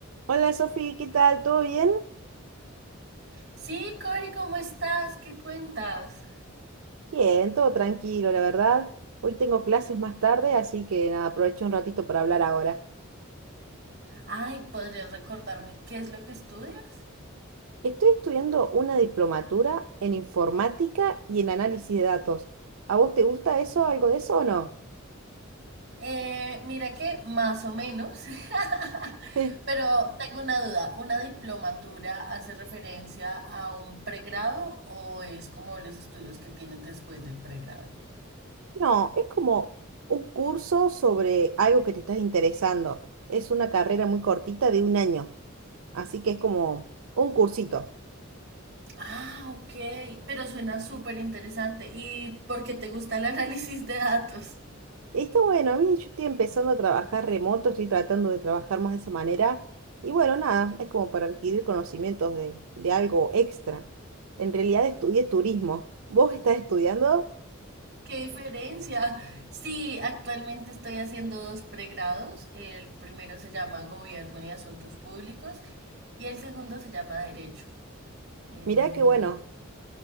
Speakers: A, on the right; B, on the right.
A: Hola Sofi, ¿qué tal? ¿Todo bien?
B: Sí, Cori, ¿cómo estás? ¿Qué cuentas?
A: Bien, todo tranquilo, la verdad. Hoy tengo clases más tarde, así que nada, aproveché un ratito para hablar ahora.
B: Ay, ¿podrías recordarme qué es lo que estudias?
A: Estoy estudiando una diplomatura en informática y en análisis de datos. ¿A vos te gusta eso, algo de eso o no?
B: Eh, mira que más o menos, <laughs>
A: <laughs>
B: pero tengo una duda. ¿Una diplomatura hace referencia a un pregrado o es como los estudios que tienes después del pregrado?
A: No, es como un curso sobre algo que te estás interesando. Es una carrera muy cortita de un año, así que es como un cursito.
B: Ah, ok, pero suena súper interesante. ¿Y por qué te gusta el análisis de datos?
A: Está bueno, a mí yo estoy empezando a trabajar remoto, estoy tratando de trabajar más de esa manera. Y bueno, nada, es como para adquirir conocimientos de, de algo extra. En realidad estudié turismo. ¿Vos estás estudiando?
B: ¡Qué diferencia! Sí, actualmente estoy haciendo dos pregrados. El primero se llama Gobierno y Asuntos Públicos y el segundo se llama Derecho. Eh,
A: Mirá qué bueno,